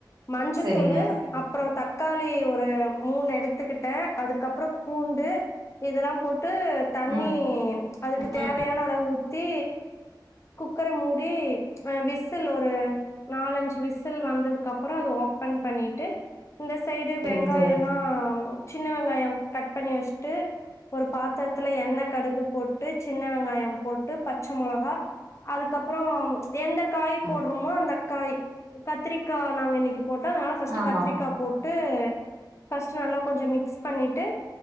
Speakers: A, on the left (about 40°); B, on the right (about 60°).
A: மஞ்சத்தூளு
B: சரிங்க
A: அப்றோ தக் காளி ஒரு மூணு எடுத்துக்கிட்டே அதுக்கப்பறோ பூண்டு இதெல்லா போட் டு தண்ணி
B: ம்
A: அதுக்கு
B: ம்
A: தேவயான அளவு ஊ த்தி குக்கர மூடி வ விசில் ஒரு நாலஞ்சு விசில் வந்ததுகப்புறோ அத ஓப்பன் பண்ணிட்டு இந்த சைடு
B: சரிங்க
A: வெங்காயலா
B: தோழி
A: சின்ன வெங்காயோ கட் பண்ணி வச் ட்டு ஒரு பாத்ரத்துல எண்ண கடுகு போட்டு சின்ன வெங்காயோ போட்டு பச்ச மொளகா அதுக்கப்பறோ எந்த காய்
B: ஆ
A: போட்றொமோ அந்த காய் கத்ரீக்கா நாங்க இன்னைக்கு போட்டா அதுனால ஃபஸ்ட்டு
B: ஆமா
A: கத்ரீக்கா
B: ஆமா
A: போட்டு ஃபஸ்ட்டு நல்லா கொஞ்ச மிக்ஸ் பண்ணிட்டு